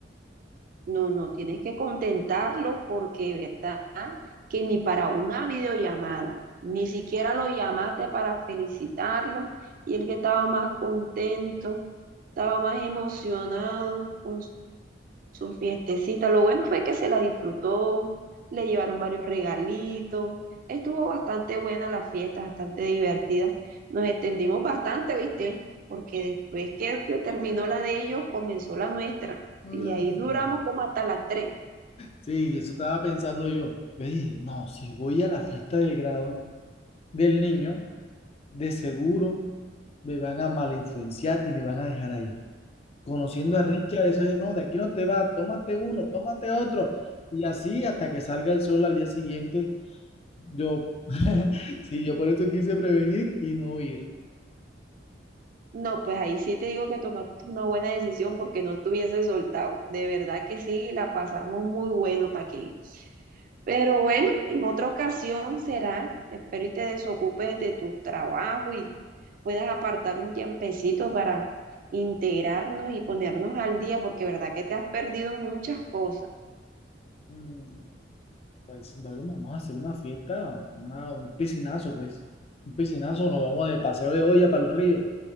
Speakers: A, on the right; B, on the left.
A: No, no, tienes que contentarlo porque, ¿verdad? Que ni para una videollamada, ni siquiera lo llamaste para felicitarlo y el que estaba más contento, estaba más emocionado con su fiestecita. Lo bueno fue que se la disfrutó, le llevaron varios regalitos. Estuvo bastante buena la fiesta, bastante divertida. Nos extendimos bastante, ¿viste? Porque después que terminó la de ellos, comenzó la nuestra.
B: Mm,
A: Y ahí duramos
B: Sí,
A: como hasta las tres.
B: Sí, eso estaba pensando yo. Yo dije, no, si voy a la fiesta del grado del niño, de seguro me van a mal influenciar y me van a dejar ahí. Conociendo a Richard, eso es, no, de aquí no te vas, tómate uno, tómate otro. Y así hasta que salga el sol al día siguiente, yo, <laughs> sí, yo por eso quise prevenir y no ir.
A: No, pues ahí sí te digo que tomaste una buena decisión porque no te hubiese soltado. De verdad que sí, la pasamos muy bueno para aquí. Pero bueno, en otra ocasión será. Espero y te desocupes de tu trabajo y puedas apartar un tiempecito para integrarnos y ponernos al día, porque verdad que te has perdido muchas cosas.
B: Mm, Pues, bueno, vamos a hacer una fiesta, una- un piscinazo, pues. Un piscinazo, nos vamos de paseo de olla para el río.